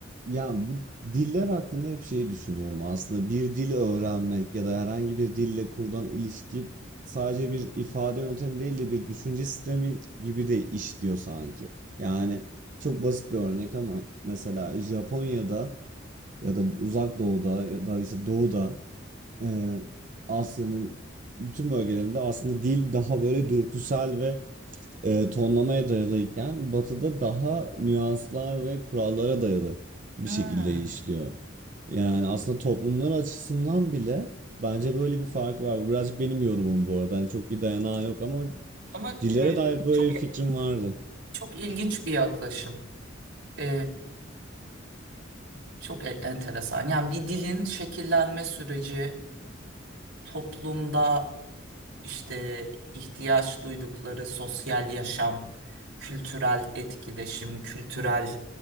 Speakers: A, on the right (about 40°); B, on the right (about 80°).
A: Ya bu diller hakkında hep şey düşünüyorum. Aslında bir dil öğrenmek ya da herhangi bir dille kurulan ilişki sadece bir ifade yöntemi değil de bir düşünce sistemi gibi de işliyor sanki. Yani çok basit bir örnek ama mesela Japonya'da ya da Uzak Doğu'da ya da işte Doğu'da e, Asya'nın bütün bölgelerinde aslında dil daha böyle dürtüsel ve e, tonlamaya dayalıyken Batı'da daha nüanslar ve kurallara dayalı bir
B: Hmm.
A: şekilde işliyor. Yani aslında toplumlar açısından bile bence böyle bir fark var. Bu birazcık benim yorumum bu arada. Hani çok bir dayanağı yok ama
B: Ama
A: dillere
B: e,
A: dair böyle
B: çok
A: bir fikrim
B: e-
A: vardı.
B: çok ilginç bir yaklaşım. E, çok e- enteresan. Yani bir dilin şekillenme süreci, toplumda işte ihtiyaç duydukları sosyal yaşam, kültürel etkileşim, kültürel